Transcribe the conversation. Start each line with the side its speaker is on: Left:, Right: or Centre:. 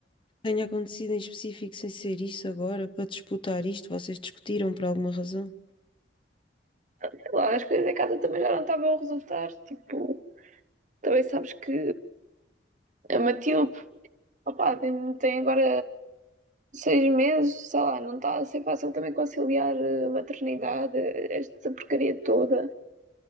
Left: tenha acontecido em específico sem ser isso agora, para disputar isto? Vocês discutiram por alguma razão?
Right: Sei lá, as coisas em casa também já não estavam a resultar. Tipo, também sabes que a Matilde, opa, tem, tem agora seis meses, sei lá, não está a ser fácil também conciliar eh, a maternidade, esta porcaria toda.